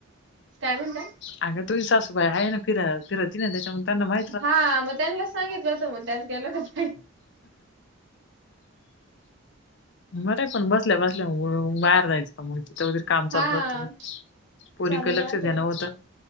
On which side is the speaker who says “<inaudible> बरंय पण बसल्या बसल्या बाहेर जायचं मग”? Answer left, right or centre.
Left